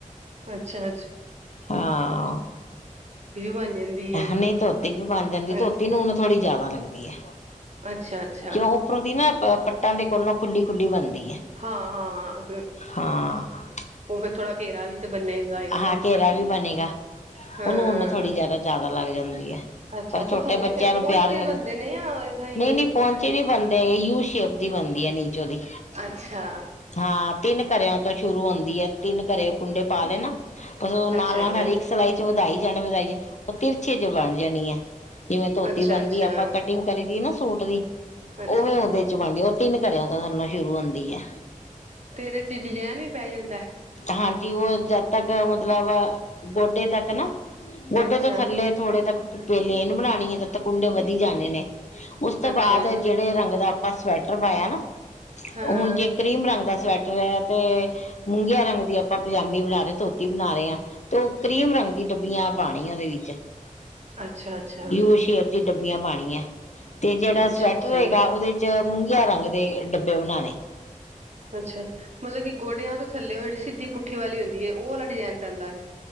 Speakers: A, on the right (about 55°); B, on the left (about 55°).
A: ਅੱਛਾ-ਅੱਛਾ
B: ਹਾਂ
A: ਬਣ ਜਾਂਦੀ ਏ
B: ਨਹੀਂ ਧੋਤੀ ਵੀ ਬਣ ਜਾਂਦੀ ਧੋਤੀ
A: ਅੱਛਾ
B: ਨੂੰ ਹੁਨੂੰ ਥੋੜੀ ਜਿਆਦਾ ਲੱ ਲੱਦੀ ਹੈ
A: ਅੱਛਾ-ਅੱਛਾ,
B: ਕਿਉਂ ਉ ਪ੍ਰਤੀ ਨਾ ਪਟਾਂ ਦੇ ਕੋਲੋਂ ਖੁੱਲੀ-ਖੁੱਲੀ ਬਣਦੀ ਹੈ।
A: ਹਾਂ-ਹਾਂ
B: ਹਾਂ
A: ਉਹ ਫਿਰਰ ਥੋੜਾ ਘੇਰਾ ਵੀ ਤੇ ਬੰਨੇਗਾ
B: ਹਾਂ
A: ਨਾ
B: ਘੇਰਾ ਵੀ ਉਹਨੂੰ
A: ਹਾਂ,
B: ਉਨ ਥੋੜੀ ਜਿਆਦਾ ਜਿਆਦਾ ਲੱਗ ਜਾਂਦੀ ਹੈ
A: ਅੱਛਾ
B: ਪਰ
A: ਤੇ
B: ਛੋਟੇ
A: ਥੱਲੇ
B: ਬੱਚਿਆਂ
A: ਫੇਰ
B: ਨੂੰ
A: ਪਹੁੰਚੇ
B: ਪਿਆਰ ਹੀ ਲੱਗ
A: ਬੰਦੇ ਨੇ ਜਾਂ ਏਦਾਂ ਹੀ
B: ਨਹੀਂ ਨਹੀਂ ਪਹੁੰਚੇ ਨੀ ਬੰਦੇ ਹੈਗੇ ਖੁਸ਼ ਅ ਆਪਦੀੀ ਬਦਾ ਨੀਚੋ ਦੀ
A: ਅੱਛਾ,
B: ਹਾਂ ਤਿੰਨ ਘਰਿਆਂ ਤੋਂ ਸ਼ੁਰੂ ਹੁੰਦੀ ਆ ਤਿੰਨ ਘਰੇ ਕੁੰਡੇ ਪਾ ਲਏ ਨਾ ਨਾਲ-ਨਾਲ
A: ਅੱਛਾ-ਅੱਛਾ,
B: ਹਰੇਕ ਸਿਈ ਚ ਵਧਾਈ ਜਾਣੇ ਵਧਾਈ ਜਾ ਤਿਰਚੇ ਜਵਾਨ ਜਾਣੀ ਹੈ ਜਿਵੇਂ ਧੋਤੀ
A: ਅੱਛਾ-ਅੱਛਾ,
B: ਬਣਦੀ ਆਪਾਂ ਕਟਿੰਗ ਕਰੀ ਦੀ ਨਾ ਸੂਟ ਦੀ
A: ਅੱਛਾ-ਅੱਛਾ।
B: ਉਵੇਂ ਉਹਦੇ ਚ ਬਣਦੀ ਤਿੰਨ ਘਰਿਆਂ ਤਾਂ ਸਾਨੋਂ ਸ਼ੁਰੂ ਹੁੰਂਦੀ ਹੈ
A: ਤੇ ਇਹਦੇ ਚ ਡਿਜ਼ਾਇਨ ਵੀ ਪੈ ਜਾਂਦਾ ਹੈ
B: ਹਾਂਜੀ ਉਹ ਜਦ ਤੱਕ ਮਤਲਬ ਗੋਡੇ ਤੱਕ ਨਾ ਗੋਡੇ
A: ਅੱਛਾ,
B: ਤੋਂ ਥੱਲੇ ਥੋੜੇ ਤੱਕ ਪੇਲੇੇਨ ਬਣਾਉਣੀ ਹੈ ਤੇ ਤ ਕੁੰਡੇ ਵਧੀ ਜਾਣੇ ਨੇ ਉਸ ਤੋਂ
A: ਅੱਛਾ-ਅੱਛਾ,
B: ਬਾਅਦ ਜਿਹੜੇ ਰੰਗ ਦਾ ਆਪਾਂ ਸਵੈਟਰ ਪਾਇਆ ਨਾ
A: ਹਾਂ-ਹਾਂ,
B: ਹੁਣ ਜੇ ਕਰੀਮ ਰੰਗ ਦਾ ਸਵੈਟਰ ਤੇ ਮੂੰਗੀਆਂ ਰੰਗ ਦੀ ਆਪਾਂ ਪਜਾਮੀ ਬਣਾ ਰਹੇ ਧੋਤੀ ਬਣਾ ਰਹੇ ਹਾਂ ਤੇ ਕਰੀਮ ਰੰਗ ਦੀ ਡੱਬੀਆਂ ਪਾਣੀ ਉਹਦੇ ਵਿੱਚ
A: ਅੱਛਾ-ਅੱਛਾ,
B: <unintelligible>
A: ਅੱਛਾ-ਅੱਛਾ,
B: ਡੱਬੀਆਂ ਪਾਣੀਆਂ ਤੇ ਜਿਹੜਾ
A: ਅੱਛਾ ਅੱਛਾ
B: ਸਵੈਟਰ
A: ਅੱਛਾ
B: ਹੈਗਾ ਉਹਦੇ ਚ ਮੂੰਗਿਆ ਰੰਗ ਦੇ ਡੱਬੇ ਬਣਾਣੇ
A: ਅੱਛਾ ਮਤਲਬ ਕਿ ਗੋਡਿਆਂ ਤੋਂ ਥੱਲੇ ਹੋਏ ਜਿਹੜੀ ਸਿੱਧੀ ਪੁੱਠੀ ਵਾਲੀ ਹੁੰਦੀ ਹੈ ਉਹ ਵਾਲਾ ਡਿਜਾਇਨ ਪੈਂਦਾ ਹੈ